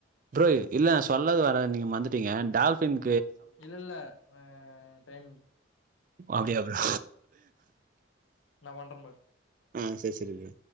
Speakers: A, on the right; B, on the left.
A: ப்ரோ ய இல்ல நா சொல்ல வரது நீங்க மந்துட்டீங்க டால்ஃபின்
B: இல்ல இல்ல ஆஹ் டைம்
A: அப்டியா ப்ரோ
B: நா பண்ற பாரு
A: ஆஹ் சரி சரி ப்ரோ